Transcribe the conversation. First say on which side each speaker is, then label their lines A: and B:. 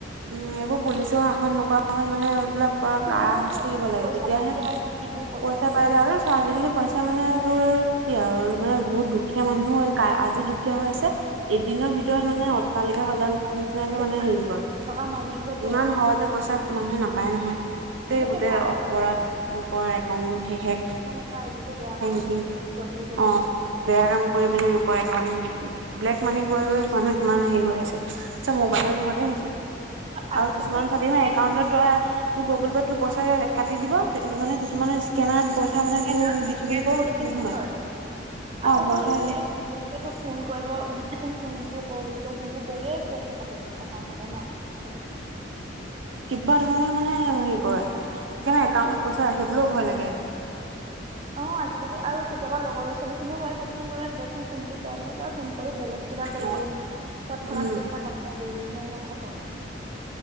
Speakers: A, on the right (about 80°); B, on the right (about 30°).
A: উম এইবোৰ পুলিচও শাসন নকৰা হ'ল মানে বিলাক পৰা
B: ফুৰিছো
A: কাৰা শাস্তি দিব লাগে
B: পইচা
A: তেতিয়াহে
B: নিদিয়ে আৰু দি দিওঁ
A: পইচা
B: এৰি
A: পাই
B: দিওঁ
A: য আৰু চ আজিকালি পইচা মানে তোৰ কি আৰু। মানে বহুত দুখীয়া মানুহো, আজি দুখীয়া হৈ আছে এদিনৰ ভিতৰত
B: দুদিনৰ
A: মানে অট্টালিকা সজাব নিচিনাকে
B: পিছত
A: মানে হেৰি কৰে।
B: টকা মালিক হৈ পৰে
A: ইমান সহজে পইচা মানুহে নাপায় নহয়। গোটেই
B: সেইটো
A: গোটেই
B: ভাল
A: অপৰাধ,
B: কামত
A: লোকৰ একাউণ্ট হেক,
B: পইচা নাপায় কিন্তু বেয়া
A: হেংকিং
B: কামত জল্দি জল্দি
A: অ
B: পইচা পায়
A: বেয়া
B: কিবা
A: কাম কৰি পিনে লোকৰ একাউন্ট ব্লেক মানি কৈ কৈ মানুহ কিমান হেই হৈ আছে। ম'বাইলৰ জহতে হৈছে
B: আজিকালি
A: আৰু কিছুমান চাবিহা
B: মানে
A: একাউন্টত তই তোৰ গুগল পে' টো পইচাৰে কাটি দিব মানে কিছুমানৰ স্কেনাৰ পইচা মানে
B: স্কেনাৰত
A: তোৰ
B: স্কেন
A: দিছো বুলি কয়
B: কৰি কিনি
A: নোসোমাই।
B: থয়
A: অ
B: আকৌ
A: পইচা
B: তোৰ এই ঘপকেটো ফোন কৰিব দিয়াচোন ফোনটো কৰো বুলি কয় ফোনটো কৰিয়ে পইচা কাটি দিয়ে, একাউণ্টৰ পৰা নাই
A: বাট <unintelligible> হেই কৰে সেইকাৰণে
B: বাট
A: একাউণ্টত
B: আকৌ
A: পইচা ৰাখিবলৈও ভয় লাগে।
B: অঁ আজিকালি আৰু কেতিয়াবা লগৰ লৰা-ছোৱালীখিনিও কয় চাবিচোন বোলে দেচোন ফোনটো, দে বুলি কৈ ফোন কৰি বেলেগ কিবা কৰি
A: অ
B: দিয়া হম তৎক্ষণাত
A: উম
B: পইচা কাট খায় যায় মানে একদম খতম